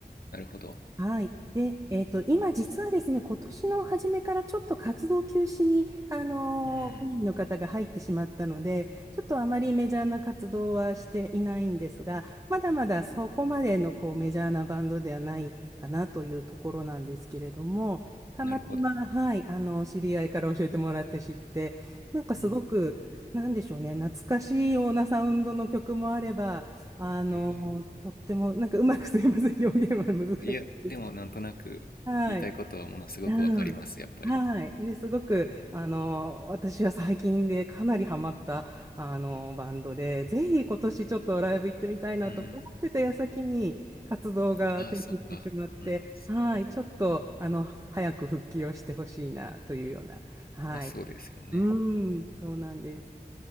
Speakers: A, on the left; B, on the right.
A: なるほど。
B: はい。で、えっと、今実はですね、今年の初めからちょっと活動休止に、あのー、
A: うん。
B: 委員の方が入ってしまったので、ちょっとあまりメジャーな活動はしていないんですが、まだまだそこまでのこうメジャーなバンドではないかなというところなんですけれども、たまたま、
A: なるほど。
B: はい、あの、知り合いから教えてもらって知って、なんかすごく、
A: うん。
B: なんでしょうね、懐かしいようなサウンドの曲もあれば、あの、
A: え
B: とっても、なんかうまくすいません、表現は難しいんですけど。
A: え。いや、でもなんとなく言いたいことはものすごくわかります、
B: はい。うん。
A: やっぱり。
B: はい。で、すごく、あの、私は最近でかなりハマった、あの、バンドで、ぜひ今年ちょっとライブ行ってみたいなと思ってた矢先に活動が停止してしまって、
A: うん。ああ、そうか。うん。
B: はい。ちょっと、あの、早く復帰をしてほしいな、というような。はい。
A: まあそうですよね。
B: うん、そうなんです。